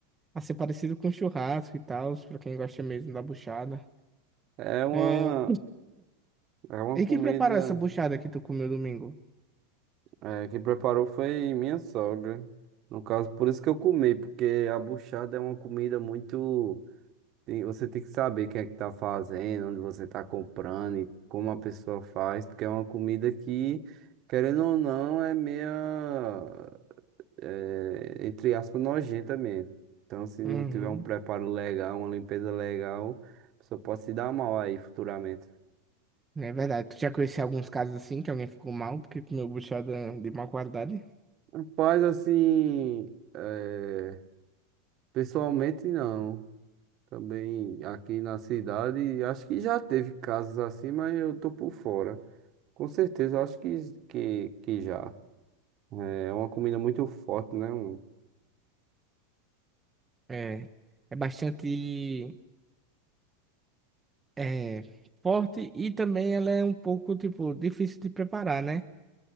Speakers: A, on the right; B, on the right.
A: a ser parecido com churrasco e tal, pra quem gosta mesmo da buchada.
B: É uma,
A: É...
B: é uma
A: E
B: comida
A: quem preparou essa buchada que tu comeu domingo?
B: é, que preparou foi minha sogra. No caso, por isso que eu comi, porque a buchada é uma comida muito. Tem- você tem que saber quem é que tá fazendo, onde você tá comprando e como a pessoa faz, porque é uma comida que, querendo ou não, é meia, é, entre aspas, nojenta mesmo. Então, se não
A: Uhum.
B: tiver um preparo legal, uma limpeza legal, a pessoa pode se dar mal aí futuramente.
A: É verdade, tu já conheceu alguns casos assim que alguém ficou mal porque comeu buchada de má qualidade?
B: Rapaz, assim, é, pessoalmente não. Também aqui na cidade, acho que já teve casos assim, mas eu tô por fora. Com certeza, eu acho que, que, que já. É uma comida muito forte, né? Um-
A: É, é bastante é, forte e também ela é um pouco, tipo, difícil de preparar, né?